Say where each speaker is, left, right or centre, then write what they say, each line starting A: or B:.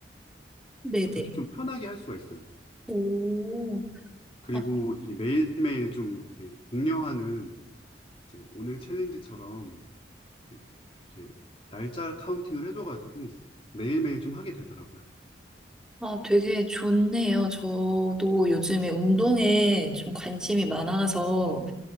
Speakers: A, in the centre; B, on the left.
A: 네네.
B: 그래서 좀 편하게 할 수가 있어요.
A: 오.
B: 그리고
A: 아,
B: 이게 매일매일 좀 이렇게 독려하는, 이제 오늘 챌린지처럼, 이렇게, 이렇게 날짜 카운팅을 해줘가지고, 매일매일 좀 하게 되더라고요.
A: 아, 되게 좋네요. 저도 요즘에 운동에 좀 관심이 많아서